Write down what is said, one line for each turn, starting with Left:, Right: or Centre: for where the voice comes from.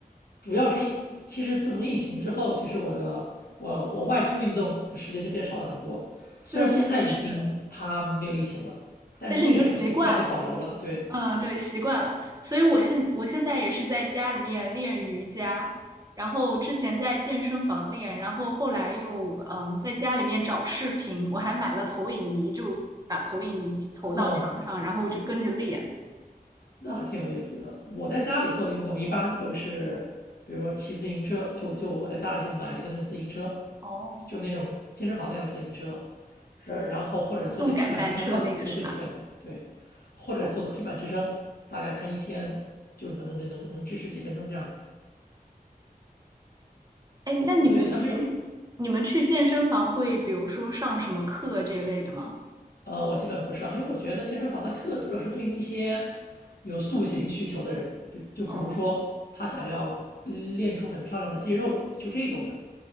Left: 主要是因，其实自从疫情之后，其实我的我我外出运动的时间就变少了很多。虽然现在已经它没有疫情了，
Right: 对，我也是，
Left: 但是那个时候的习惯被保留了。
Right: 但是你就习惯了。
Left: 对，
Right: 嗯，对，习惯了，所以我现我现在也是在家里面练瑜伽，然后之前在健身房练，然后后来又嗯在家里面找视频，我还买了投影仪，就把投影仪投到墙上，
Left: 哦，对，
Right: 然后就跟着练。
Left: 那还挺有意思的。我在家里做的运动一般都是，比如说骑自行车，就就我在家里就买了一个那种自行车，
Right: 哦，
Left: 就那种健身房那样的自行车，然然后或者做些平板支撑吧，
Right: 动感单车那个是吧？
Left: 这个最基本的，对，或者做的平板支撑，
Right: 哦，
Left: 大概看一天就能能能能支持几分钟这样的。
Right: 哎，那你们去你们去健身房会比如说上什么课这一类的吗？
Left: 我觉得像这种，呃，我基本不上，因为我觉得健身房的课主要是对那些有塑形需求的人，比就比如说他想要练出很漂亮的肌肉，
Right: 哦，
Left: 就这种的。